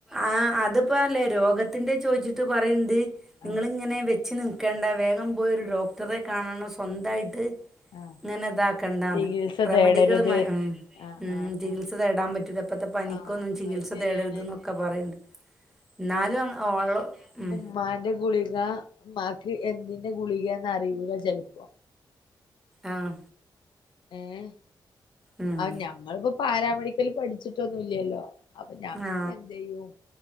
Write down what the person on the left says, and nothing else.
ആഹ്
ആഹ്
ചികിത്സ
തേടരുത്
ആഹ്
ആഹ്
ആഹ്
ആഹ്
അത് ശരിയാണ്
ഇമ്മാന്റെ ഗുളിക മ്മാക്ക് എന്തിന്റെ ഗുളികേന്ന് അറിയൂല ചെൽപ്പോ
ഏഹ്
ആ നമ്മളിപ്പോ പാരാമെഡിക്കല് പഠിച്ചിട്ടൊന്നുംല്ലല്ലോ അപ്പൊ ഞാൻ
എന്ത് ചെയ്യും